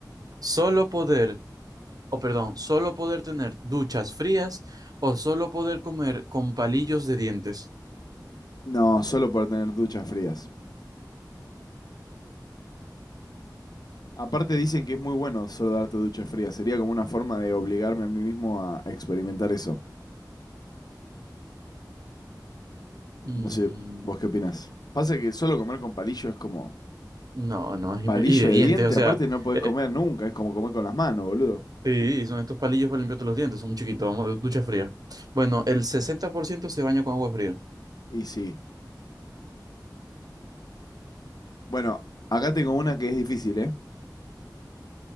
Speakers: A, on the right (about 60°); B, on the left (about 60°).
A: ¿Solo poder o perdón, solo poder tener duchas frías o solo poder comer con palillos de dientes.
B: No, solo por tener duchas frías. Aparte dicen que es muy bueno solo darte duchas frías. Sería como una forma de obligarme a mí mismo a a experimentar eso.
A: Mm,
B: No sé, ¿vos qué opinás? Pasa que solo comer con palillo es como
A: no, no, y
B: palillo
A: y de dientes,
B: de diente,
A: o sea,
B: aparte no podés
A: eh,
B: comer nunca, es como comer con las manos, boludo.
A: sí, son estos palillos para limpiarte los dientes, son muy chiquitos, vamos, ducha fría. Bueno, el 60% se baña con agua fría.
B: Y sí. Bueno, acá tengo una que es difícil, ¿eh?